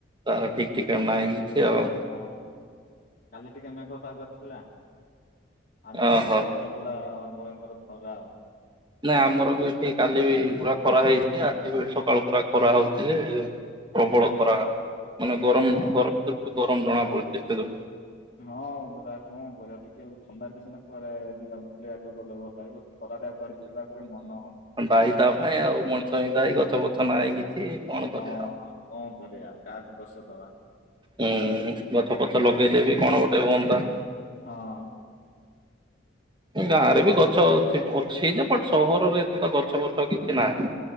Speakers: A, on the right (about 25°); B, on the left (about 45°).
A: ତାର ଠିକ୍ ଠିକଣା ନାହିଁ କିଛି ଆଉ
B: ହଁ କାଲି ଟିକେ ମେଘୁଆ ପାଗ ଥିଲା ଆଜି
A: ଓହୋ
B: ତ ସକା ସକାଳୁ ପୁରା ଭୟଙ୍କର ଖରା
A: ନାଇଁ ଆମର ବି ଏଠି କାଲି ବି ପୁରା ଖରା ହେଇଛି ଆଜି ବି ଏଠି ସକାଳୁ ପୁରା ଖରା ହଉଛି ଯେ ପ୍ରବଳ
B: ହୁଁ
A: ଖରା
B: ହୁଁ
A: ମାନେ ଗରମ
B: ହଁ
A: ଗରମ ଜଣା ପଡୁଛି ଏ
B: ହଁ ପରା କଣ କରିବା ଟିକେ ଥଣ୍ଡା ହେଲେ ସିନା କୁଆଡେ ବୁଲିବାକୁ ଗଲେ ଭଲ ଲାଗିବ ଖରାରେ କୁଆଡେ ଯିବାକୁ ବି ମନ ହଉନି
A: ଦାଇ ତା ପାଇଁ ଆଉ ମଣିଷ ପାଇଁ ଦାଇ ଗଛ ପଛ ନାହିଁ କିଛି କଣ କରିବା
B: ହଁ ହଁ କଣ କରିବା କାହାକୁ ଦୋଷ ଦବା
A: ହୁଁ ଗଛ ପଛ ଲଗେଇଲେ ବି କଣ ଗୋଟେ ହୁଅନ୍ତା
B: ହଁ
A: ଗାଁ ରେ ବି ଗଛ ଅଛି ଯେ ବଟ ସହରରେ ଏତେ ତ ଗଛ ଫଛ କିଛି ନାହିଁ